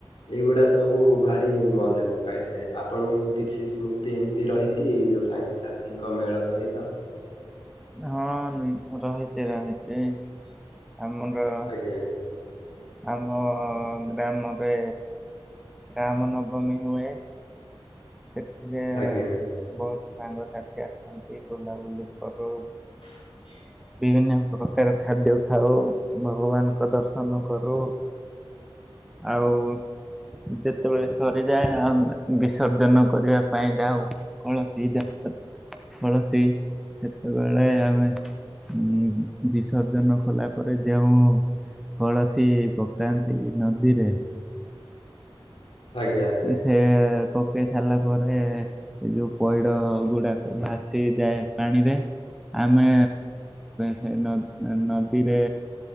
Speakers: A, on the left; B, in the centre.
A: ଏଇଗୁଡା ସବୁ ଭାରି ମନେ ପକାଇଥାଏ ଆପଣଙ୍କୁ କିଛି ସ୍ମୁ ତି ଏମତି ରହିଛି ଯୋଉ ସାଙ୍ଗସାଥିଙ୍କ ମେଳ ସହିତ?
B: ହଁ ରହିଚି ରହିଚି ଏଇ ଆମର।
A: ଆଜ୍ଞା
B: ଆମ ଗ୍ରାମରେ ରାମନବମୀ ହୁଏ। ସେଥିରେ
A: ଆଜ୍ଞା
B: ବହୁତ ସାଙ୍ଗସାଥି ଆସନ୍ତି ବୁଲାବୁଲି କରୁ।
A: <unintelligible>
B: ବିଭିନ୍ନ ପ୍ରକାର ଖାଦ୍ୟ ଖାଉ ଭଗବାନଙ୍କ ଦର୍ଶନ କରୁ। ଆଉ। ଯେତେବେଳେ ସରିଯାଏ ଆମେ ବିସର୍ଜନ କରିବା ପାଇଁ ଯାଉ। କଳସୀ ଯାତ୍ର କଳସୀ ସେତେବେଳେ ଆମେ। ଉଁ ବିସର୍ଜନ କଲା ପରେ ଯେଉଁ। କଳସୀ ପକାନ୍ତି ନଦୀରେ
A: ଆଜ୍ଞା ଆଜ୍ଞା
B: ସେ ପକେଇ ସାରିଲା ପରେ ଏ ଯୋଉ ପଇଡ ଗୁଡାକ ଭାସି ଯାଏ ପାଣିରେ ଆମେ ସେ ନଦୀରେ